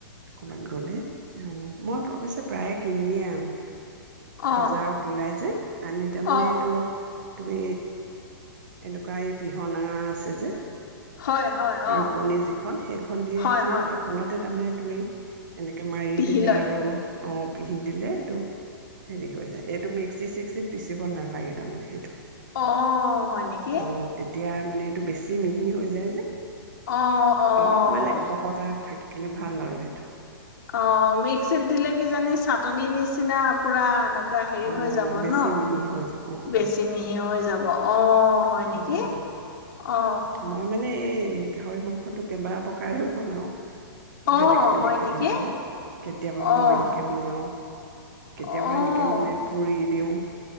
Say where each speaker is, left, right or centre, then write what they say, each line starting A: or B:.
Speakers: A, on the right; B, on the left.
A: কবাত গ'লে অ মই অৱশছে প্ৰায়ে কিনিয়ে আনো
B: অ
A: বজাৰত ওলাই যে আনি তাৰমানে
B: অ
A: তুমি এনেকুৱা এই পিহনা আছে যে
B: হয় হয় অ
A: ৰুকনি যিখন সেইখন দিয়েতে
B: হয় হয়
A: সেইখনতে তাৰমানে তুমি এনেকে মাৰি
B: পিহি
A: দিলে
B: লয়
A: আৰু অ পিহি দিলে এইটো হেৰি হৈ যায় এইটো মিক্সি চিক্সিত পিচিব নালাগে তাৰমানে সেইটো
B: অ হয় নেকি
A: অ তেতিয়া মানে এইটো বেছি মিহি হৈ যায় যে
B: আহ আহ
A: অলপ মানে খহটা থাকিলে ভাল আৰু সেইটো
B: অ মিক্সিত দিলে কিজানি চাটনি নিচিনা পুৰা একা োক হেৰি
A: অ',
B: হৈ যাব
A: বেছি
B: ন
A: মিহি হৈ যাব অ',
B: বেছি মিহি হৈ যাব অ হয় নেকি
A: অহ
B: অ
A: মই মানে এই গাহৰি মাংসটো কেইবা প্ৰকাৰেও বনাওঁ।
B: অ
A: বেলেগ বেলেগ
B: হয়
A: কেই
B: নেকি
A: তাৰমানে কেতিয়াবা
B: অ
A: বইল কে বনাও কেতিয়াবা
B: অ',
A: এনেকে মানে পুৰি দিওঁ।